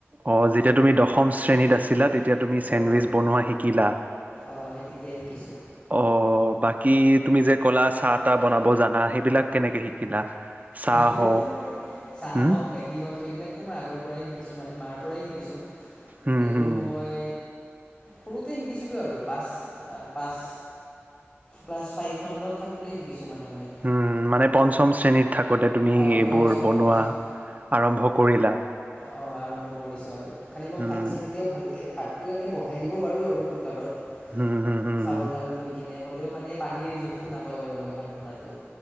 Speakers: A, on the right (about 35°); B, on the left (about 25°).
A: অ' যেতিয়া তুমি দশম শ্ৰেণীত আছিলা তেতিয়া তুমি
B: দশম
A: চেণ্ডউইচ বনোৱা শিকিলা
B: অঁ সেই তেতিয়াই শিকিছোঁ
A: অ' বাকী কি তুমি যে ক'লা চাহ তাহ বনাব জানা সেইবিলাক কেনেকে শিকিলা? চাহ
B: সেইবিলাকতো
A: হওক
B: মই চাহ
A: হুম
B: হওক, মেগী হওক সেইবিলাক ত মই আগৰ পৰাই শিকিছো মানে মাৰ পৰাই শিকিছোঁ।
A: হুম
B: এইবোৰ
A: হুম।
B: মই সৰুতে শিকিছিলো আৰু পাচ পাচ ক্লাছ ফাইভ মানত থাকোতে শিকিছো মানে। মই
A: উম মানে পঞ্চম শ্ৰেণীত থাকোঁতে তুমি
B: অঁ
A: এইবোৰ
B: পঞ্চম
A: বনোৱা
B: পঞ্চম
A: আৰম্ভ কৰিলা।
B: অ' আৰম্ভ কৰিছোঁ আৰু। খালি মই
A: হুম
B: ভাত চাত এতিয়াও ভালকে ভাত তো এনে বহাই দিব পাৰোঁ আৰু কুকাৰত।
A: হুম হুম হুম।
B: চাউল টাউল ধুই কেনে হ'লেও মানে পানীৰ জোখটো নাপাওঁ আৰু মই ভাত বনালেও।